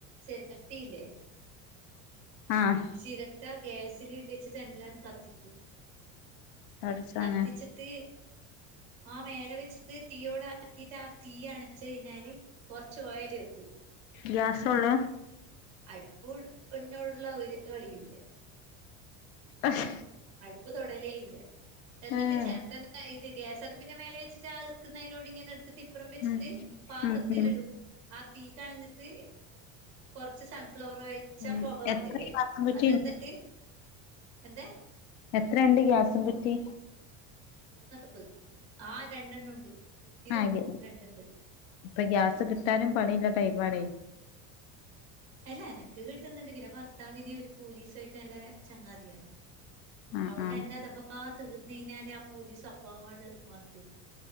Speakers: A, on the right; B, on the left.
A: ചെരട്ടിയില്ലേ
B: ആഹ്
A: ചിരട്ട ഗ്യാസില് വെച്ചിട്ട് എല്ലാം കത്തിക്കും
B: പടച്ചോനെ
A: കത്തിച്ചിട്ട് ആ മേല വെച്ചിട്ട് തീയോടാക്കിട്ട് ആ തീ അണ ച്ച് കഴിഞ്ഞാല് കൊറച്ച് ഒയര് വെക്കും
B: ഗ്യാ സൊള്ള
A: അടുപ്പോട് എന്നോടൊള്ള ഒരു കളിയൂല്ല
B: അഹ്
A: അടുപ്പ് തൊടലേ ഇല്ല. എന്നിട്ട്
B: ഉം
A: ചേരട്ടന്നെ ഇത് ഗ്യാസ് അടുപ്പിന്റെ മേലെ വെച്ചിട്ട് ഇറുക്കുന്നതിനോട് ഇങ്ങനെ എടു ത്ത് ഇപ്പ്റം വെച്ചിട്ട്
B: ഉം
A: പാത്രത്തിൽ
B: ഉം
A: ഇടൂ. ആ തീ കണഞ്ഞിട്ട് കൊറച്ച് സൺഫ്ലവർ ഓയില്. ഒഴിച്ചാ
B: ഉം
A: പോക വന്നില്ലേ
B: എത്ര ഗ്യാസും കുറ്റിണ്ട്
A: അതെന്നിട്ട് എന്താ.
B: എത്രയുണ്ട് ഗ്യാസും കുറ്റി.
A: മൂന്ന് അടുപ്പ് ആ രണ്ടെണ്ണം ഉണ്ട് കുറ്റിയും
B: ആ ഗ്യ
A: രണ്ടു ഉണ്ട്.
B: ഇപ്പൊ ഗ്യാസ് കിട്ടാനും പണിയുള്ള ടൈപ്പ് ആണേ.
A: അല്ല എനക്ക് കിട്ടുന്നുണ്ട് പിന്നെ ഭർത്താവിന് ഒരു പോലീസായിട്ട് നല്ല ചങ്ങാതിയാ.
B: ആ
A: അതുകൊണ്ട്
B: ആ
A: എന്റെ അഥവാ തീർന്നു കഴിഞ്ഞാല് ആ പോലീസ് അപ്പാട് വാങ്ങി തരും.